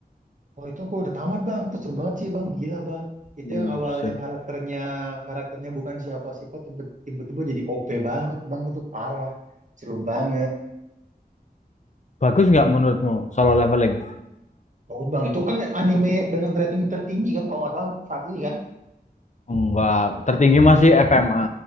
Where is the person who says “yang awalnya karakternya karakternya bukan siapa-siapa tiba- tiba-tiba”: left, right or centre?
Right